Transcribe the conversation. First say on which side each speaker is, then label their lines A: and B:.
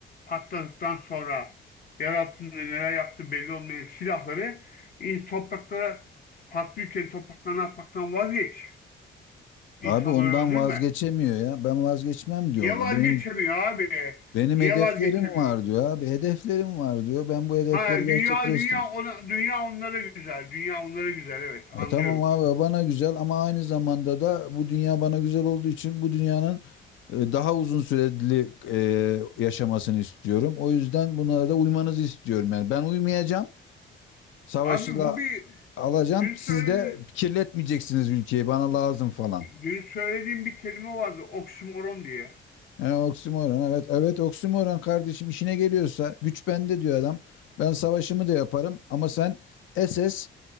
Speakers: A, on the left (about 45°); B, on the left (about 75°).
A: patladıktan sonra yer altında neler yaptığı belli olmayan silahları in- topraklara patlıyorken topraklarına atmaktan vazgeç. İnsanları
B: abi ondan
A: öldürme.
B: vazgeçemiyor ya. Ben vazgeçmem diyor
A: Niye
B: ona.
A: vazgeçemiyor
B: Benim
A: abi?
B: benim
A: Niye
B: hedeflerim
A: vazgeçemiyor?
B: var diyor abi. Hedeflerim var diyor. Ben bu hedefleri
A: Ha
B: gerçekleştir.
A: dünya dünya ona, dünya onlara güzel. Dünya onlara güzel evet
B: Ya
A: anlıyorum.
B: tamam abi bana güzel ama aynı zamanda da bu dünya bana güzel olduğu için bu dünyanın e, daha uzun süreli e, yaşamasını istiyorum. O yüzden buna da uymanızı istiyorum. Yani ben uymayacağım. Savaşla
A: Abi bu bir
B: alacağım.
A: dün
B: Siz
A: söylediğin
B: de kirletmeyeceksiniz ülkeyi. Bana lazım falan.
A: dün söylediğim bir kelime vardı oksimoron diye.
B: E, oksimoron evet. Evet oksimoron kardeşim işine geliyorsa güç bende diyor adam. Ben savaşımı da yaparım ama sen SS